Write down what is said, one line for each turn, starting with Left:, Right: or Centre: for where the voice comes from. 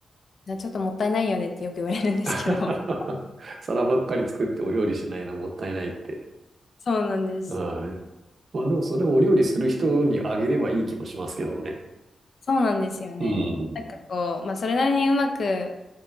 Left: なちょっともったいないよねってよく言われるんですけど。
Right: <laughs>
Left: <laughs>
Right: 皿ばっかり作ってお料理しないのもったいないって。
Left: そうなんです。
Right: はい。まあでもそれをお料理する人にあげればいい気もしますけどね。
Left: そうなんですよね。
Right: うん。
Left: なんかこう、まあ、それなりにうまく、